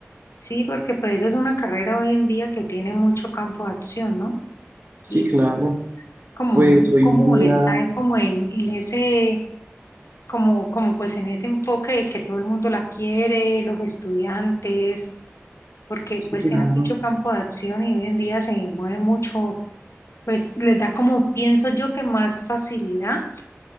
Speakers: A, on the left (about 75°); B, on the right (about 45°).
A: Sí, porque pues eso es una carrera hoy en día que tiene mucho campo de acción, ¿no?
B: Sí,
A: Y
B: claro.
A: es como
B: Pues
A: muy
B: hoy
A: común,
B: en día,
A: está como en, en ese, como, como pues en ese enfoque de que todo el mundo la quiere, los estudiantes, porque
B: sí,
A: pues
B: claro.
A: tiene mucho campo de acción y hoy en día se mueve mucho, pues les da como, pienso yo, que más facilidad